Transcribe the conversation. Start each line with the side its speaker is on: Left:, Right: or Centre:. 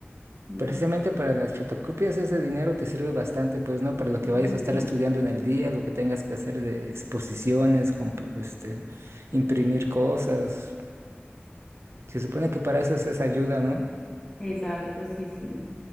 Left: no.
Right: Precisamente para las fotocopias ese dinero te sirve bastante, pues, ¿no? Para lo que
Left: Ujú.
Right: vayas a estar estudiando en el día, lo que tengas que hacer de exposiciones, comp- este, imprimir cosas. Se supone que para eso es esa ayuda, ¿no?
Left: Exacto, sí, sí.